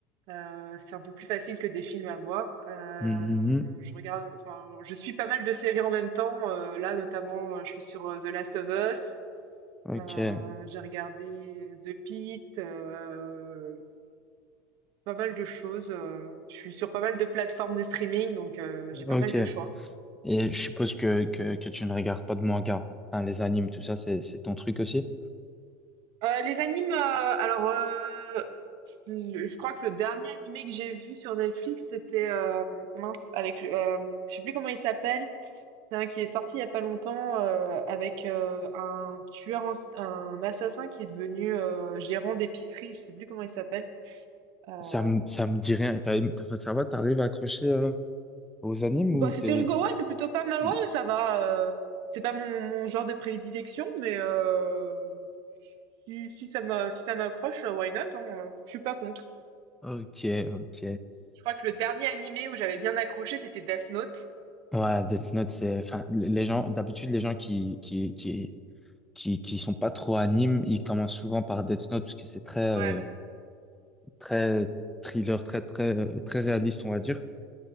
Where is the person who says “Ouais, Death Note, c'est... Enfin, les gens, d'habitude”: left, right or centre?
Centre